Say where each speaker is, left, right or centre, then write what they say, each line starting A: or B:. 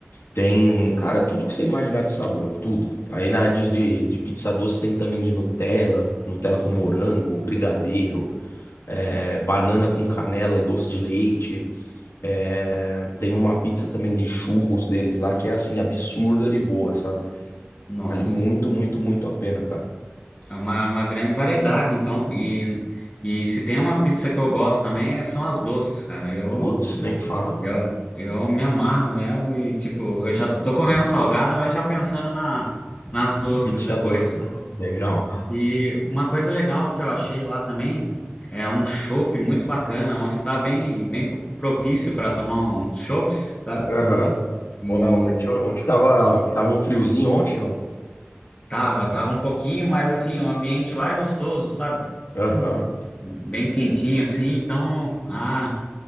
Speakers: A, on the left; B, on the left.
A: Tem, cara, tudo que você imaginar de sabor, tudo. Aí na de, de, de pizza doce tem também de Nutella, Nutella com morango, brigadeiro, é, banana com canela e doce de leite. É, tem uma pizza também de churros deles lá que é assim, absurda de boa, sabe?
B: Nossa,
A: Vale muito, muito, muito a pena, cara.
B: é uma, uma grande variedade, então. E, e se tem uma pizza que eu gosto também, é- são as doces, cara. Eu
A: Putz, nem fala.
B: Eu, eu me amarro mesmo e, tipo, eu já tô comendo salgada, mas já pensando na, nas doces
A: Pizza
B: depois.
A: doce, né? Legal.
B: E uma coisa legal que eu achei lá também é um chopp muito bacana, onde tá bem, bem pro- propício para tomar uns chopps, sabe?
A: Aham.
B: E
A: Uau, ontem ontem tava, tava um friozinho ontem, não?
B: tava, tava um pouquinho, mas assim, o ambiente lá é gostoso, sabe?
A: Aham.
B: Bem quentinho assim, então, ah,